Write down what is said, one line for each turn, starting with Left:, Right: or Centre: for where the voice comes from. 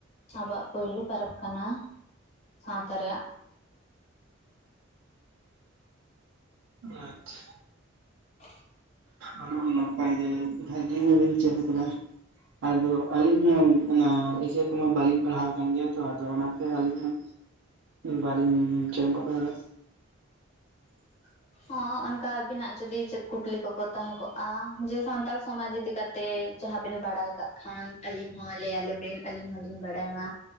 Left: ᱟᱵᱚᱣᱟᱜ ᱯᱩᱭᱞᱩ ᱯᱟᱨᱚᱵ ᱠᱟᱱᱟ ᱥᱟᱶᱛᱟ ᱨᱮᱭᱟᱜ
Right: ᱟᱸᱪᱪᱷᱟ
Left: <inaudible>
Right: ᱟ ᱱᱟᱯᱟᱭ ᱜᱮ ᱵᱷᱟᱜᱤᱵᱤᱱ ᱪᱮᱫ ᱟᱠᱟᱫᱟ᱾ ᱟᱫᱚ ᱟᱹᱞᱤᱧ ᱢᱟ, ᱚᱱᱟ ᱤᱥᱟᱹ ᱠᱚᱢᱟ ᱵᱟᱹᱞᱤᱧ ᱯᱟᱲᱦᱟᱣ ᱟᱠᱟᱱ ᱜᱮᱭᱟ᱾ ᱛᱚ ᱟᱫᱚ ᱚᱱᱟᱛᱮ ᱟᱹᱞᱤᱧ ᱢᱟ ᱵᱟᱹᱞᱤᱧᱻ ᱪᱮᱫ ᱜᱚᱫ ᱠᱟᱫᱟ <inaudible>
Left: ᱦᱚᱸ ᱚᱱᱠᱟ ᱟᱵᱤᱱᱟᱜ ᱡᱩᱫᱤ ᱪᱮᱫ ᱠᱩᱠᱞᱤ ᱠᱚ ᱠᱚ ᱛᱟᱦᱮᱸ ᱠᱚᱜᱼᱟ ᱡᱮ ᱥᱟᱱᱛᱟᱲ ᱥᱚᱢᱟᱡ ᱡᱩᱫᱤ ᱛᱮ ᱡᱟᱦᱟᱸ ᱵᱮᱱ ᱵᱟᱲᱟᱭ ᱠᱟᱜ ᱠᱷᱟᱱ ᱟᱹᱞᱤᱧ ᱦᱚᱸ ᱞᱟᱹᱭ ᱟᱞᱮ ᱵᱤᱱ ᱟᱹᱞᱤᱧ ᱦᱚᱞᱤᱧ ᱵᱟᱲᱟᱭᱟ